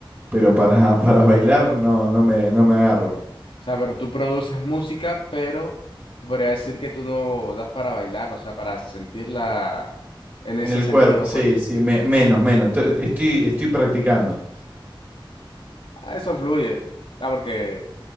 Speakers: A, on the right; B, on the left.
A: pero para, <laughs> para bailar no, no me, no me agarro.
B: O sea, pero tú produces música, pero tú podría decir que tú no das para bailar, o sea, para sentirla en
A: En
B: ese
A: el
B: sentido,
A: cuerpo, sí,
B: pues
A: sí, me- menos, menos. To- Estoy, estoy practicando,
B: ah, eso fluye. Ah, porque